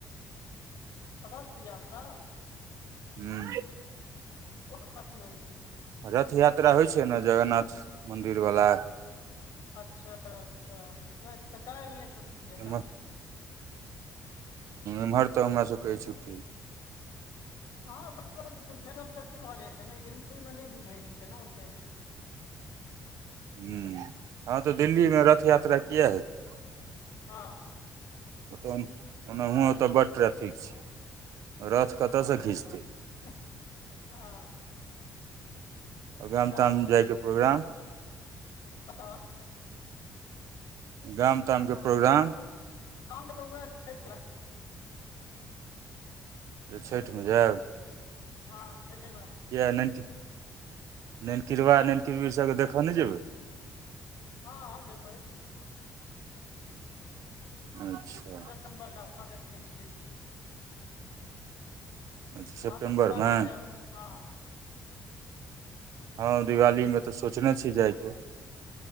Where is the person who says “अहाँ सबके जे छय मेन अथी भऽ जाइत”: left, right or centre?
Left